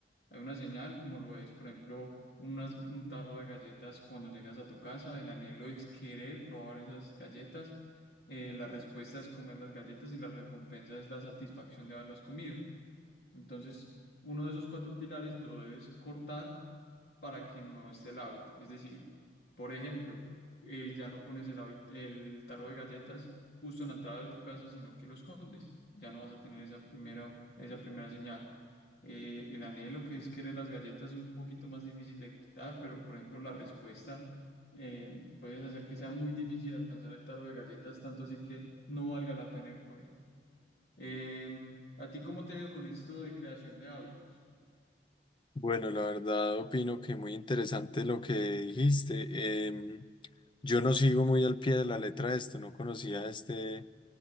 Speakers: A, on the left; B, on the left.
A: Hay una señal, como lo es, por ejemplo, unas, un tarro de galletas cuando llegas a tu casa, el anhelo es querer probar esas galletas, eh, la respuesta es comer las galletas y la recompensa es la satisfacción de haberlas comido. Entonces, uno de esos cuatro pilares lo debes cortar para que no esté el hábito. Es decir, por ejemplo, eh, ya no pones el, hábit- el tarro de galletas justo en la entrada de tu casa, sino que lo escondes. Ya no vas a tener esa primera, esa primera señal. Eh, el anhelo que es querer las galletas es un poquito más difícil de quitar, pero por ejemplo, la respuesta eh, puedes hacer que sea muy difícil alcanzar el tarro de galletas, tanto así que no valga la pena ir por él. Em, ¿a ti cómo te ha ido con esto de creación de hábitos?
B: Bueno, la verdad opino que muy interesante lo que dijiste. Em, yo no sigo muy al pie de la letra esto, no conocía este,